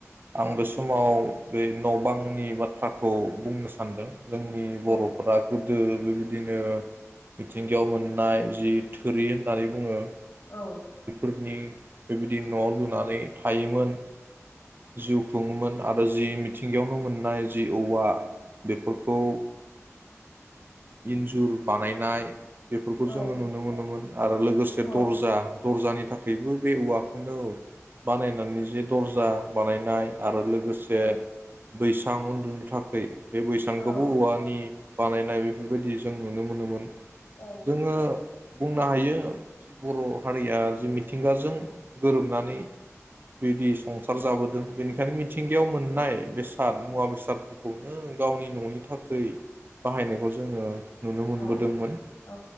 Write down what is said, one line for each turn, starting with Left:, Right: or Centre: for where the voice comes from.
Right: आं बे समाव बे न बांनि बाथ्राखौ खौ बुंनो सानदों जोंनि
Left: औ
Right: बरफोरा गोब ओ बेबायदिनो मिथिंगायाव मोननाय जि थोरि होननानै बुङो
Left: औ
Right: फोरनि बेबायदि न लुनानै थायोमोन जुग बुङोमोन आरो जि मिथिंगायावनो मोननाय जि औवा बेफोरखौ इन्जुर बानायनाय बेफोरखौ
Left: औ
Right: जोङो नुनो मोनोमोन आरो लोगोसे
Left: औ औ
Right: दर्जा दर्जानि थाखाय बेबो बे औवा बानायनानै जे दर्जा बानायनाय आरो लोगोसे
Left: औ
Right: बैसां उन्दुनो थाखै बे बैसांखौबो
Left: औ
Right: औवानि बानायनाय बेफोरबायदि
Left: औ
Right: जों नुनो मोनो मोनोमोन
Left: औ
Right: जोङो बुंनो हायो जि बर' हारिया जि मिथिंगाजों गोरोबनानै बिदि संसार जाबोदों बेनिखायनो मिथिंगायाव मोननाय बेसाद मुवा बेसादफोरखौनो गावनि न'नि थाखै बाहायनायखौ जोङो नुनो मोनबोदोंमोन
Left: औ औ